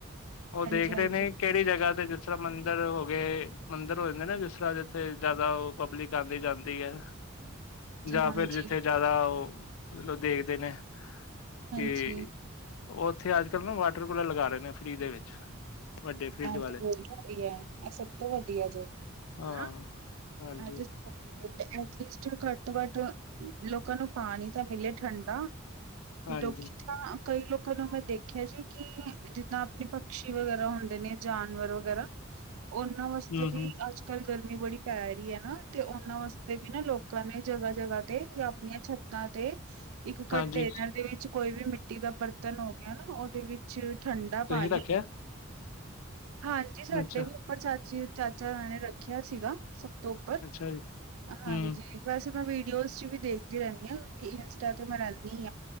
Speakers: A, on the left; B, on the right.
A: ਉਹ
B: ਹਾਂਜੀ
A: ਦੇਖ
B: ਹਾਂਜੀ
A: ਰਹੇ ਨੇ ਕਿਹੜੀ ਜਗਾ ਤੇ ਜਿਸ ਤਰਾਂ ਮੰਦਿਰ ਹੋ ਮੰਦਿਰ ਹੋ ਜਾਂਦੇ ਨਾ, ਜਿਸ ਤਰਾਂ ਜਿੱਥੇ ਜਿਆਦਾ ਉਹ ਪਬਲਿਕ ਆਉਂਦੀ ਜਾਂਦੀ ਹੈ। ਜਾਂ
B: ਹਾਂਜੀ
A: ਫੇਰ ਜਿੱਥੇ ਜ਼ਿਆਦਾ ਉਹ ਮਤਲਬ ਦੇਖਦੇ ਨੇ ਕਿ
B: ਹਾਂਜੀ
A: ਉਹ ਉੱਥੇ ਅੱਜ ਕੱਲ ਨਾ ਵਾਟਰ ਕੂਲਰ ਲਗਾ ਰਹੇ ਨੇ, ਫ੍ਰਰੀ ਦੇ ਵਿੱਚ। ਵੱਡੇ ਫਰਿਜ
B: ਆਹ
A: ਵਾਲੇ
B: ਤੇ ਹੋ ਬੁਵਤ ਇਹ ਸਭ ਤੋਂ ਵਧੀਆ ਜੇ,
A: ਹਾਂ
B: ਹਨਾ,
A: ਹਾਂਜੀ
B: ਆਹ ਤੇ। ਐਟਲੀਸਟ ਘੱਟੋ-ਘੱਟ ਲੋਕਾਂ ਨੂੰ ਪਾਣੀ ਤਾਂ ਮਿਲੇ ਠੰਡਾ।
A: ਹਾਂਜੀ
B: ਲੋਕੀ ਤਾਂ- ਕਈ ਲੋਕਾਂ ਨੂੰ ਮੈਂ ਦੇਖਿਆ ਜੀ ਕਿ, ਜਿੱਦਾਂ ਆਪਣੇ ਪਕਸ਼ੀ ਵਗੈਰਾ ਹੁੰਦੇ। ਨੇ ਜਾਨਵਰ ਵਗੈਰਾ, ਉਹਨਾਂ ਵਾਸਤੇ
A: ਹੂੰ
B: ਵੀ
A: ਹੂੰ
B: ਅੱਜ- ਕੱਲ ਗਰਮੀ ਬੜੀ ਪੈ ਰਹੀ ਹੈ, ਨਾ ਤੇ ਉਹਨਾਂ ਵਾਸਤੇ ਵੀ ਨਾ ਲੋਕਾਂ ਨੇ ਜਗਾ-ਜਗਾ- ਤੇ ਜਾਂ ਆਪਣੀਆਂ ਛੱਤਾਂ ਤੇ ਇੱਕ ਕੰਟੇਨਰ
A: ਹਾਂਜੀ
B: ਉਹਦੇ ਵਿੱਚ ਕੋਈ ਵੀ ਮਿੱਟੀ ਦਾ ਬਰਤਨ ਹੋ ਗਿਆ ਨਾ, ਉਹਦੇ ਵਿੱਚ ਠੰਡਾ
A: ਤੁਸੀਂ
B: ਪਾਣੀ
A: ਰੱਖਿਆ
B: ਹਾਂਜੀ, ਸਾਡੇ
A: ਅੱਛਾ
B: ਵੀ ਉੱਪਰ ਚਾਚੀ-ਚਾਚਾਾਂ ਨੇ ਰੱਖਿਆ ਸੀਗਾ, ਸਭ ਤੋਂ ਉੱਪਰ।
A: ਅੱਛਾ ਜੀ।
B: ਹਾਂਜੀ,
A: ਹੂੰ
B: ਵੈਸੇ ਮੈਂ ਵੀਡੀਓਜ਼ ਚ ਵੀ ਦੇਖਦੀ ਰਹਿੰਣੀ ਆ। ਕਿਉਂਕਿ ਇੰਸਟਾ ਤੇ ਮੈਂ ਰਹਿੰਦੀ